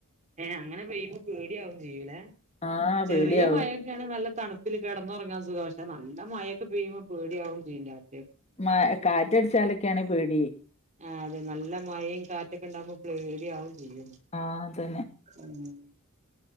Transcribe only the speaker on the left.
ആഹ്
പേടിയാവും
മാ കാറ്റടിച്ചാലൊക്കെയാണ് പേടി
ആഹ് അതന്നെ